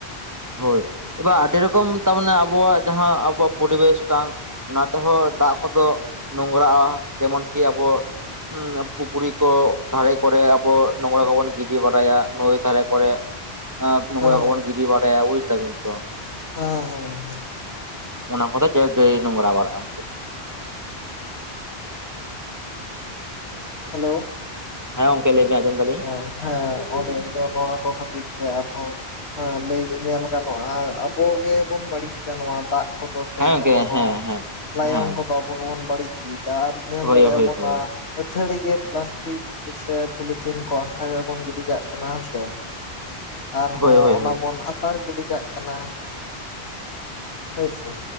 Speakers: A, on the right (about 15°); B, on the left (about 80°).
A: ᱦᱳᱭ ᱮᱵᱟᱨ ᱟᱹᱰᱤ ᱨᱚᱠᱚᱢ ᱛᱟᱢᱟᱱᱮ ᱟᱵᱚᱣᱟᱜ ᱡᱟᱦᱟᱸ ᱟᱵᱚ ᱯᱚᱨᱤᱵᱮᱥᱴᱟᱝ ᱚᱱᱟ ᱛᱮᱦᱚᱸ ᱫᱟᱜ ᱠᱚᱫᱚ ᱱᱚᱝᱨᱟᱜᱼᱟ ᱡᱮᱢᱚᱱ ᱠᱤ ᱟᱵᱚ ᱦᱩᱸ ᱯᱩᱠᱷᱨᱤ ᱠᱚ ᱫᱷᱟᱨᱮ ᱠᱚᱨᱮ ᱟᱵᱚ ᱱᱚᱝᱨᱟ ᱠᱚᱵᱚᱱ ᱜᱤᱰᱤ ᱵᱟᱲᱟᱭᱟ ᱱᱟᱹᱭ ᱫᱷᱟᱨᱮ ᱠᱚᱨᱮᱜ᱾ ᱟᱸ ᱱᱚᱝᱨᱟ
B: ᱦᱮᱸ
A: ᱠᱚᱵᱚᱱ ᱜᱤᱰᱤ ᱵᱟᱰᱟᱭᱟ ᱵᱩᱡ ᱫᱟᱵᱤᱱ ᱛᱚ᱾
B: ᱦᱩᱸ ᱦᱩᱸ ᱦᱩᱸ
A: ᱚᱱᱟ ᱠᱚᱫᱚ <unintelligible> ᱱᱳᱝᱨᱟ ᱵᱟᱲᱟᱜᱼᱟ
B: ᱦᱮᱞᱳ
A: ᱦᱮ ᱜᱚᱝᱠ ᱞᱟᱹᱭ ᱵᱮᱱ ᱟᱸᱡᱚᱢ ᱫᱟᱞᱤᱧ᱾
B: ᱚ ᱦᱮᱸ ᱚᱸᱰᱮ ᱫᱚ ᱱᱚᱣᱟ ᱠᱚ ᱠᱷᱟᱹᱛᱤᱨ ᱛᱮ ᱟᱨᱦᱚᱸ ᱦᱮᱸ ᱞᱟᱹᱭ ᱧᱮᱞ ᱜᱟᱱᱚᱜᱼᱟ ᱟᱵᱚ ᱜᱮᱵᱚᱱ ᱵᱟᱹᱲᱤᱡᱫᱟ ᱱᱚᱣᱟ ᱫᱟᱜ᱾ ᱠᱚᱫᱚ ᱥᱮ
A: ᱦᱮᱸ ᱜᱚᱝᱠᱮ
B: ᱡᱟᱦᱟᱸ ᱱᱚᱣᱟ
A: ᱦᱮᱸ ᱦᱮᱸ
B: ᱞᱟᱭᱚᱝ
A: ᱦᱮᱸ
B: ᱠᱚᱫᱚ ᱵᱚ ᱜᱮ ᱵᱚᱱ ᱵᱟᱹᱲᱤᱡ ᱤᱫᱤᱭᱫᱟ ᱟᱨ ᱧᱮᱞ
A: ᱦᱳᱭ
B: ᱫᱟᱲᱮᱟᱜ
A: ᱦᱳᱭ
B: ᱟᱵᱚᱱ
A: ᱦᱳᱭ
B: ᱟᱸ ᱱᱚᱣᱟ ᱟᱹᱛᱷᱟᱹᱲᱤ ᱜᱮ ᱯᱞᱟᱥᱴᱤᱠ ᱥᱮ ᱯᱩᱞᱤ ᱛᱷᱤᱱ ᱠᱚ ᱟᱝᱠᱷᱟ ᱜᱮ ᱵᱚᱱ ᱜᱤᱰᱤ ᱠᱟᱜ ᱠᱟᱱᱟ ᱦᱮᱸᱥᱮ ᱟᱨᱦᱚᱸ
A: ᱦᱳᱭ ᱦᱳᱭ
B: ᱚᱱᱟ
A: ᱦᱳᱭ ᱦᱳᱭ
B: ᱵᱚᱱ ᱟᱨ ᱜᱤᱰᱤ ᱠᱟᱜ ᱠᱟᱱᱟ ᱦᱳᱭ ᱥᱮ